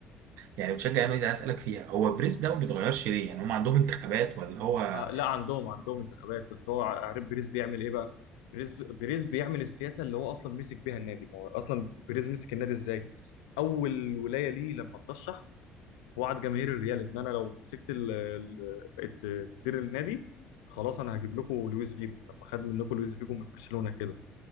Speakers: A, on the right; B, on the left.
A: يعني بتشجع النادي عايز اسالك فيها هو بريس ده ما بيتغيرش ليه يعني هم عندهم انتخابات ولا هو
B: آه لا عندهم عندهم انتخابات بس هو عارف بيريز بيعمل ايه بقى بيريز بيريز بيعمل السياسه اللي هو اصلا مسك بيها النادي ما هو اصلا بيريز مسك النادي ازاي اول ولايه ليه لما ترشح وعد جماهير الريال ان انا لو مسكت ال- ال- بقيت مدير النادي خلاص انا هجيب لكم لويس فيجو لما خد منكم لويس فيجو من برشلونه كده